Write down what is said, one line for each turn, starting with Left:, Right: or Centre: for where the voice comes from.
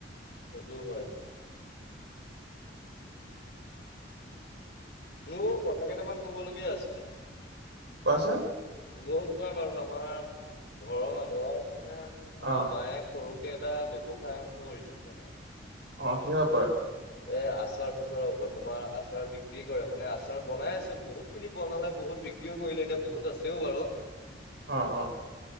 Left: সেইটো হয়। মোৰ কথা কেইটামান কব লগীয়া আছিলে।
Right: কোৱাচোন
Left: মোৰ ন কোৱা বাৰু আমাৰ ঘৰৰ মানুহৰ মানে আমাৰ
Right: অ
Left: মায়ে সৰু কে এটা ব্যৱসায় আৰম্ভ কৰিছিল মানে
Right: অ কিহৰ ওপৰত
Left: এ আচাৰ তাচাৰ ওপৰত তোমাৰ আচাৰ বিক্ৰী কৰে মানে আচাৰ বনাই আছে বহুত বহুত খিনি বনালে বহুত বিক্ৰীও কৰিলো এতিয়া বহুত আছেও বাৰু
Right: অ অ